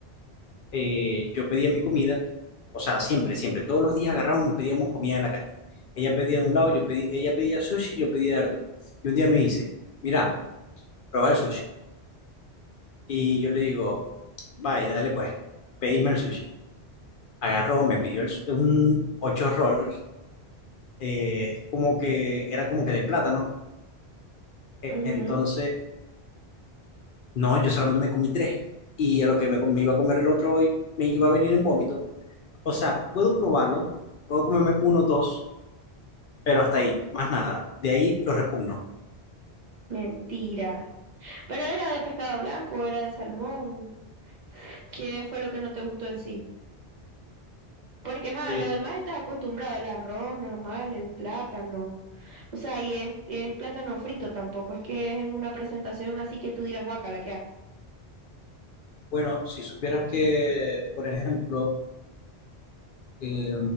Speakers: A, on the left (about 60°); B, on the right (about 45°).
A: eh, yo pedía mi comida, o sea, siempre, siempre, todos los días agarrábamos, y pedíamos comida de la calle. Ella pedía de un lado, yo pedí, ella pedía sushi, yo pedía de Arturo. Y un día me dice, mira, probar el sushi. Y yo le digo, vaya, dale pues, pedime el sushi. agarró, me pidió el- un ocho rolls, eh, como que era como que de plátano. Eh,
B: Ujú,
A: Entonces, no, yo solamente me comí tres. Y a lo que me, me iba a comer el otro hoy, me iba a venir en vómito. O sea, puedo probarlo, puedo comerme uno, dos, pero hasta ahí, más nada. De ahí lo repugno.
B: mentira. Pero era de pescado blanco, era de salmón. ¿Qué fue lo que no te gustó en sí? Porque, ajá,
A: Eh,
B: lo demás estás acostumbrado, el arroz normal, el plátano. O sea, y es, es plátano frito tampoco, es que es en una presentación así que tú digas, guacala, qué asco.
A: bueno, si supieras que, por ejemplo, eh,